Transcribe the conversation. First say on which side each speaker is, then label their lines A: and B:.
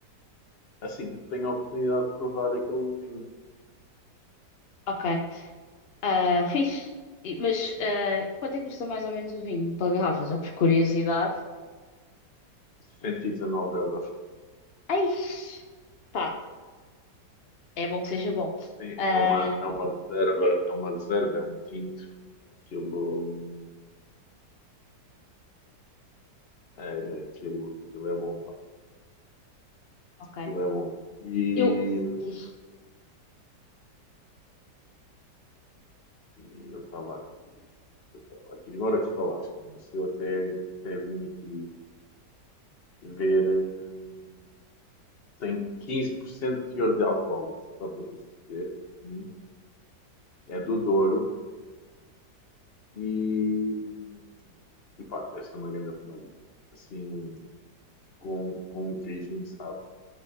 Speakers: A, on the left; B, on the left.
A: assim que tenho a oportunidade de provar aquele vinho.
B: Ok. Ah, fixe. E- Mas ah, quanto é que custa mais ou menos o vinho para garrafas? Ou por curiosidade?
A: 119 euros.
B: Ai, pá, é bom que seja bom.
A: Sim,
B: Ah,
A: é uma, é uma reserva, é uma reserva, é um tinto. Aquilo, hum, é, aquilo, aquilo é bom, pá.
B: ok.
A: Aquilo é bom. E,
B: Eu.
A: hum,
B: Diz.
A: e eu estava aqui, eu estava aqui. Agora que falaste nisso, eu até, até vim aqui ver. hum, Tem 15% de teor de alcoólicos, só para tu perceber. Hum. É do Douro e, hum, e pá, deve ser uma grande pomadinha. Assim, um, com, com um queijinho, sabe?